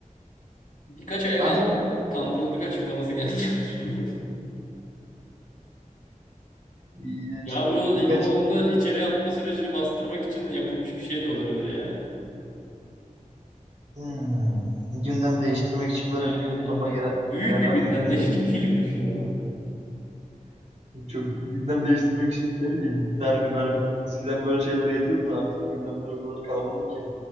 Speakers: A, on the left; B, on the right.
A: Birkaç aya
B: Ben
A: kandır-
B: zaten
A: kandırıldık açıklaması gelecek <laughs> düşünüyorum.
B: bir-
A: Ya
B: birkaç
A: bu arada İmamoğlu'nu içeri atma sürecini bastırmak için yapılmış bir şey de olabilir yani.
B: hmm, gündem değiştirmek için böyle
A: Aynen
B: büyük bir
A: aynen.
B: topa girer,
A: Büyük
B: girerler
A: bir gündemle
B: miydi bilmiyorum.
A: ilgili <laughs> gibi düşünüyorum.
B: Çok gündem değiştirmek için ne bileyim derbi merbi eskiden böyle şeyler yetiyordu da artık gündemler o kadar kalabalık ki.